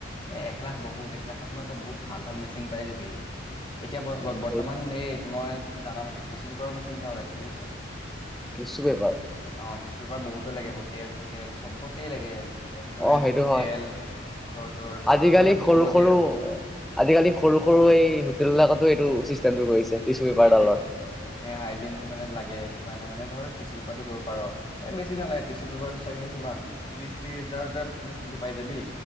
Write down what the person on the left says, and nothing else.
এ এক লাখ বহুত এক লাখত ন ত বহুত ভাল ভাল মেচিন পাই যিবি। এতিয়া বৰ্তমান
এই। মই জানামতেি টিছ্যু পেপাৰৰ মি চিন্ত লাই বুজছ।
অটিচু পেপাৰ বহুত লাগে হোটেল চোটেল চবতেই লাগে। ৰেষ্টুৰেণ্ট
হোটেল
আকৌ। তোৰ ধৰ
মানে
চবতে
আৰু
সেইটোৱে এই, হাইজিনটো মানে লাগে। সটো কাৰণে মানে ধৰ টিু পেপাৰটো কৰিব পাৰ আৰু। এ বেছি নালাগেতিছু বোৰটো। চাগে কিমান বিশ ত্ৰিশ হাজাৰতে মেচিন টো পাই যাবি